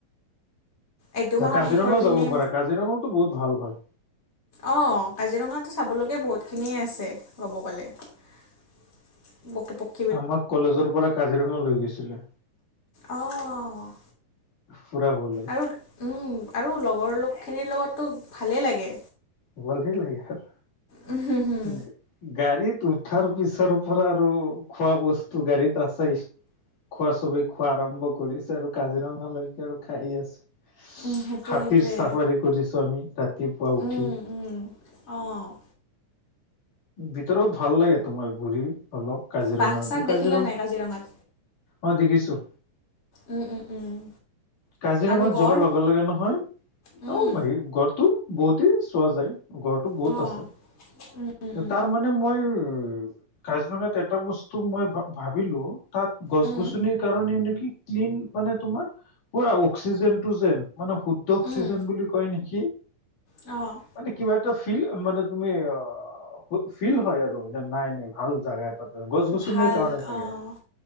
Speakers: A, on the left; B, on the left.
A: এইটো মাহৰ
B: কাজিৰঙাও
A: শেষৰ পিনে
B: যাব পাৰা কাজিৰঙাওতো বহুত ভাল হয়।
A: অ', কাজিৰঙাতো চাবলগা বহুতখিনিয়ে আছে ক'ব গ'লে। <inaudible>
B: আমাক কলেজৰ পৰা কাজিৰঙা লৈ গৈছিলে
A: অ'।
B: ফুৰিবলৈ।
A: আৰু উম আৰু লগৰ লগখিনিৰ লগতো ভালেই লাগে।
B: ভালেই লাগে বাৰু,
A: উম, হুম, হুম,
B: উম। গাড়ীত উঠাৰ পিছৰ পৰা আৰু খোৱা বস্তু গাড়ীত আছ খোৱা চবেই খোৱা আৰম্ভ কৰিছে আৰু কাজিৰঙা লৈকে আৰু খাই আছে।
A: উম, সেইটোৱে
B: হাতীৰ
A: সেইটোৱে
B: চাফাৰী কৰিছো আমি ৰাতিপুৱা উঠি।
A: উম, উম। অ'।
B: ভিতৰত ভাল লাগে তোমাৰ ঘূৰি অলপ কাজিৰঙাতো।
A: বাঘ চাঘ দেখিলা
B: কাজিৰঙা
A: নাই কাজিৰঙাত?
B: অ', দেখিছোঁ।
A: উম, উম, উম।
B: কাজিৰঙাত
A: আৰু গঁড়
B: যোৱাৰ লগে লগে নহয়
A: উম,
B: অ' হেৰি গড়টো বহুতেই চোৱা যায়। গড়টো বহুত
A: অ',
B: আছে।
A: উম, উম, উম,
B: তাৰ মানে মানে মই কাজিৰঙাত এটা বস্তু মই ভাবিলো তাত গছ
A: উম,
B: গছনিৰ কাৰণে নেকি ক্লিন মানে তোমাৰ পুৰা অক্সিজেনটো যেন মানে শুদ্ধ অক্সিজেন
A: উম,
B: বুলি কয় নেকি!
A: অ'।
B: মানে কিবা এটা ফিল, মানে তুমি অ' ফিল নহয় আৰু যে নাই নাই ভাল জাগা এ <unintelligible> গছ গছনিৰ
A: ভাল
B: কাৰণে চাগে।
A: অ'।